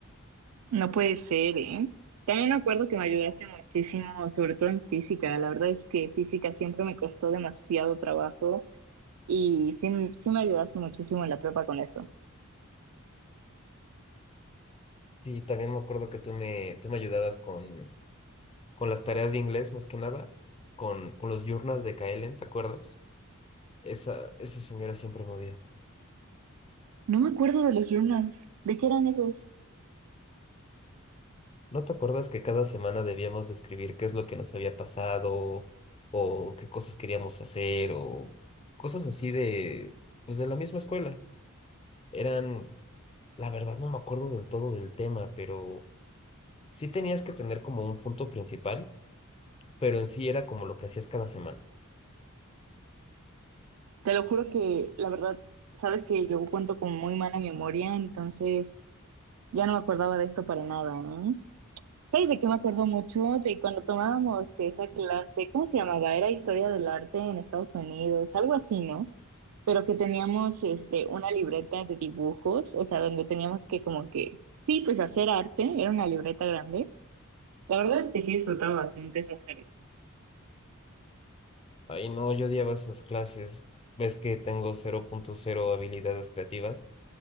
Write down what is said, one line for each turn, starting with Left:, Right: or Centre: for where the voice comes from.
Right: No puede ser, ¿eh? También me acuerdo que me ayudaste muchísimo, sobre todo en física. La verdad es que física siempre me costó demasiado trabajo y sí, m- sí me ayudaste muchísimo en la prepa con eso.
Left: Sí, también me acuerdo que tú me, tú me ayudabas con, con las tareas de inglés, más que nada, con, con los journals de Kaelen, ¿te acuerdas? Esa, esa señora siempre me odió.
Right: No me acuerdo de los journals. ¿De qué eran esos?
Left: ¿No te acuerdas que cada semana debíamos escribir qué es lo que nos había pasado o qué cosas queríamos hacer o cosas así de, pues de la misma escuela? Eran, la verdad no me acuerdo del todo del tema, pero sí tenías que tener como un punto principal, pero en sí era como lo que hacías cada semana.
Right: Te lo juro que, la verdad, sabes que yo cuento con muy mala memoria, entonces ya no me acordaba de esto para nada, ¿eh? ¿Sabes de qué me acuerdo mucho? De cuando tomábamos esa clase, ¿cómo se llamaba? Era historia del arte en Estados Unidos, algo así, ¿no? pero que teníamos este, una libreta de dibujos, o sea, donde teníamos que como que, sí, pues hacer arte, era una libreta grande. La verdad es que sí disfrutaba bastante esas tareas.
Left: Ay, no, yo odiaba esas clases. Ves que tengo cero punto cero habilidades creativas,